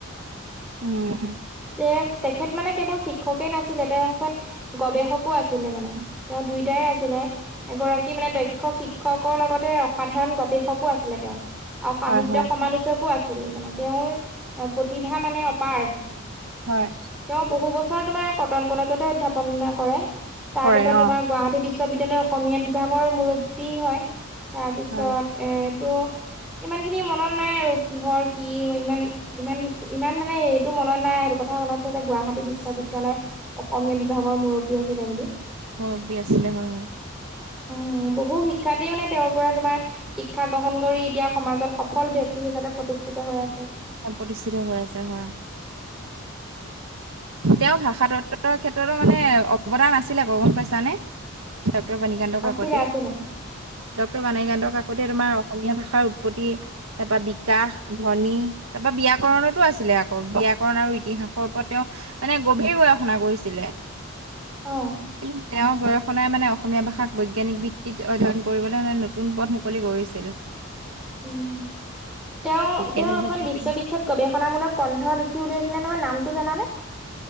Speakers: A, on the right (about 80°); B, in the centre.
A: উম।
B: তে তেখেত মানে কেৱল শিক্ষকেই নাছিলে তেখেত গৱেষকো আছিলে মানে। তেওঁ দুইটায়ে আছিলে এগৰাকী মানে দক্ষ শিক্ষ শিক্ষকৰ লগতে অসাধাৰণ গৱেষকো আছিলে তেওঁ আৰু সাহিত্য
A: হয় হয়
B: সমালোচক কো আছিল মানে তেওঁৰ প্ৰতিভা মানে অপাৰ।
A: হয়।
B: তেওঁ বহু বছৰ তোমাৰ কটন কলেজতে অধ্যাপনা কৰে তাৰ
A: কৰে
B: পিছত তোমাৰ
A: অ
B: গুৱাহাটী বিশ্ব বিশ্ববিদ্যালয়ৰ অসমীয়া বিভাগৰ মুৰব্বী হয় তাৰপিছত
A: হয়।
B: এইটো ইমানখিনি মনত নাই আৰু কিহৰ কি ইমান ইমান ইমান মানে এইটো মনত নাই আৰু সেইটো কথা মনত আছে যে গুৱাহাটী বিশ্ববিদ্যালয়ৰ অসমীয়া বিভাগৰ মুৰব্বী আছিলে বুলি।
A: মুৰব্বী আছিলে হয় হয়।
B: অ অ বহু শিক্ষাৰ্থীয়ে মানে তেওঁৰ পৰা তোমাৰ শিক্ষা গ্ৰহণ কৰি এতিয়া সমাজত সফল ব্যক্তি হিচাপে প্ৰতিষ্ঠিত হৈ আছে।
A: প্ৰতিষ্ঠিত হৈ আছে হয়। তেওঁ ভাষাতত্বৰ ক্ষেত্ৰতো মানে অৱদান আছিলে আকৌ গম পাইছানে ডক্তৰ বাণিকান্ত কাকতি?
B: আছিলে আছিলে
A: ডক্তৰ বাণীকান্ত কাকতিয়ে তোমাৰ অসমীয়া ভাষাৰ উৎপত্তি, তাৰ পৰা বিকাশ, ধ্বনি তাৰ পৰা ব্যাকৰণতো আছিলে আকৌ ব্যাকৰণ আৰু ইতিহাসৰ ওপৰত তেওঁ মানে গভীৰ গৱেষণা কৰিছিলে
B: অ
A: কিন্তু তেওঁ গৱেষণাই মানে অসমীয়া ভাষাক বৈজ্ঞানিক ভিত্তিত অধ্যয়ন কৰিবলৈ মানে নতুন পথ মুকলি কৰিছিল। <inaudible>
B: উম তেওঁ
A: বৈজ্ঞানিক
B: তেওঁ এখন বিশ্ববিখ্যাত গৱেষ ণামূলক গ্ৰন্থ লিখি উলিয়াইছিলে নহয় নামটো জানানে?